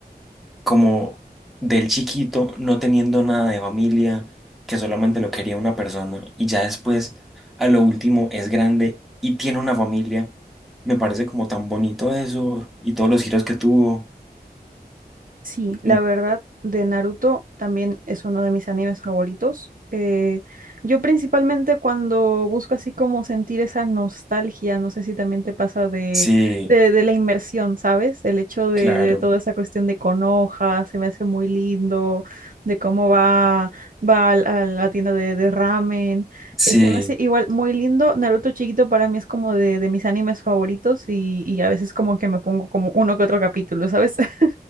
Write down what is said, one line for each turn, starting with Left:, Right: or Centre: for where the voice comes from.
Centre: como del chiquito no teniendo nada de familia, que solamente lo quería una persona y ya después a lo último es grande y tiene una familia. Me parece como tan bonito eso y todos los giros que tuvo.
Right: Sí, la
Centre: No-
Right: verdad, de Naruto también es uno de mis animes favoritos. Eh, yo principalmente cuando busco así como sentir esa nostalgia, no sé si también te pasa de,
Centre: Sí,
Right: de, de la inmersión, ¿sabes? El hecho de,
Centre: claro,
Right: de toda esa cuestión de Konoha, se me hace muy lindo, de cómo va, va al- a la tienda de, de ramen.
Centre: sí,
Right: eh, se me hace igual muy lindo. Naruto chiquito para mí es como de, de mis animes favoritos y, y a veces como que me pongo como uno que otro capítulo, ¿sabes? <laughs>